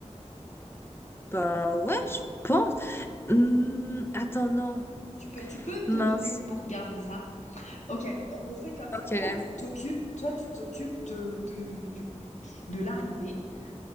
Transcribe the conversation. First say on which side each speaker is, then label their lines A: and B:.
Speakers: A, on the left; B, on the left.
A: Bah ouais, je pense. Hmm, attends, non.
B: Tu peux, tu peux
A: Mince.
B: te noter pour garder ça. Ok, on, on fait comme ça.
A: Ok.
B: Toi, tu t'occupes, toi, tu t'occupes de, de, du- de l'arrivée.